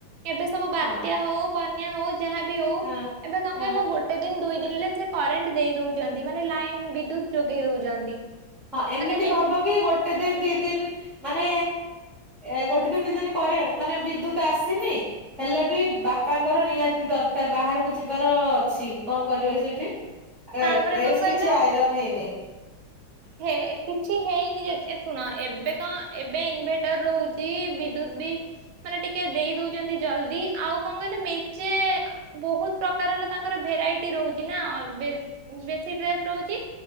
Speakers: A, on the right; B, in the centre.
A: ଏବେ ସବୁ ବାତ୍ୟା
B: ହଁ
A: ହଉ। ବନ୍ୟା ହଉ ଯାହାବି ହଉ
B: ହଁ
A: ଏବେ କଣ
B: ହଁ।
A: କହିଲ ଗୋଟେ ଦିନ ଦୁଇ ଦେଲେ ସେ କରେଣ୍ଟ ଦେଇ ଦଉଛନ୍ତି ମାନେ ଲାଇନ ବିଦ୍ୟୁତ ଯୋଗେଇ ଦଉଛନ୍ତି।
B: ହଁ ଏମିତି
A: ମାନେ ବେ
B: ଭାବ କି ଗୋ ଗୋଟେ ଦିନ ଦି ଦିନ ମାନେ ଏ ଗୋଟେ ଦିନ ଦି ଦିନ କରେ ମାନେ ବିଦ୍ୟୁତ ଆସିନି। ହେଲେ ବି ବାପାଙ୍କର ନିହାତି ଦରକାର ବାହାରକୁ ଯିବାର ଅଛି କଣ କରିବେ ସେଇଠି? ଆ
A: ତାପରେ
B: ଡ୍ରେସ୍
A: କଣ କହିଲ
B: କିଛି ଆଇରନ୍ ହେଇନି
A: ହେ କିଛି ହେଇନି ଯେ କେ ଶୁଣ ଏବେ କଣ ଏବେ ଇନଭେଟର ରହୁଚି ବିଦ୍ୟୁତ୍ ମାନେ ଟିକେ ଦେଇ ଦଉଚନ୍ତି ଜଲଦି ଆଉ କଣ କହିଲେ ମେଞ୍ଚେ ବହୁତ ପ୍ରକାରର ତାଙ୍କର ଭେରାଇଟି ରହୁଛି ନା ଅଲୱେଜ ବେଶୀ ଡ୍ରେସ ରହୁଚି